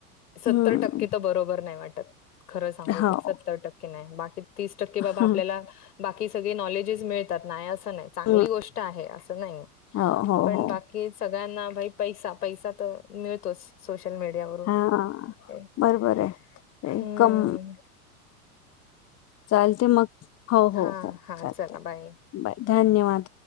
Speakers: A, on the left; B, on the left.
A: सत्तर
B: हम्म
A: टक्के तर बरोबर नाही वाटत खरं सांगूत
B: हो
A: सत्तर टक्के नाही बाकी तीस टक्के बाबा
B: हम्म
A: आपल्याला बाकी सगळे नॉलेजेस मिळे नाही असं नाही चांगली
B: हम्म
A: गोष्ट आहे अस नाही
B: हो हो
A: पण
B: हो हो
A: बाकी सळ्यांना मै पैसा पैसा तर मिळतोच सोशल मीडियावरूनम्
B: हा बरोबर आहे ते कम चालते मग हो हो
A: हा
B: हो
A: हा
B: चालते
A: चला बाय.
B: बाय धन्यवाद